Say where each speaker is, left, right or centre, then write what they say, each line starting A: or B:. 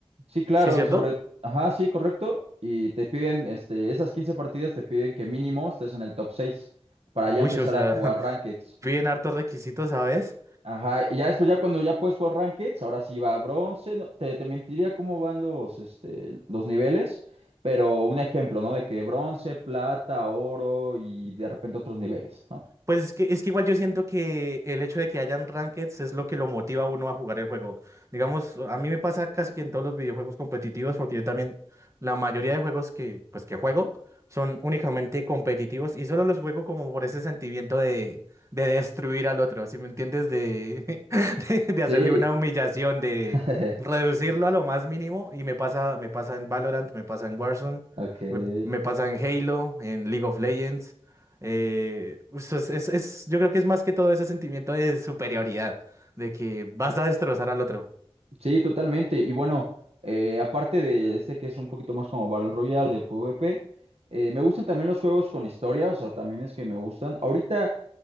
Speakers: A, on the right; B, on the right.
A: sí, claro,
B: ¿Sí, cierto?
A: y sobre, ajá, sí, correcto, y te piden, este, esas 15 partidas te piden que mínimo estés en el top 6 para
B: Uy,
A: ya empezar
B: o sea,
A: a jugar
B: <laughs>
A: Rankeds.
B: piden hartos requisitos, ¿sabes?
A: Ajá, y ya después, ya cuando ya puedes jugar Rankeds, ahora sí va a bronce, no- te, te mentiría cómo van los, este, los niveles, pero un ejemplo, ¿no? De que bronce, plata, oro y de repente otros niveles, ¿no?
B: Pues es que, es que igual yo siento que el hecho de que hayan rankeds es lo que lo motiva a uno a jugar el juego. Digamos, a mí me pasa casi que en todos los videojuegos competitivos, porque yo también, la mayoría de juegos que, pues, que juego son únicamente competitivos y solo los juego como por ese sentimiento de, de destruir al otro, si me entiendes? De, <laughs> de, de hacerle
A: Sí.
B: una humillación, de
A: <laughs>
B: reducirlo a lo más mínimo. Y me pasa, me pasa en Valorant, me pasa en Warzone,
A: Ok.
B: me, me pasa en Halo, en League of Legends. Eh, us- es, es- es- yo creo que es más que todo ese sentimiento de superioridad, de que vas a destrozar al otro.
A: Sí, totalmente. Y bueno, eh, aparte de este que es un poquito más como Battle Royale de PvP, eh, me gustan también los juegos con historia, o sea, también es que me gustan. Ahorita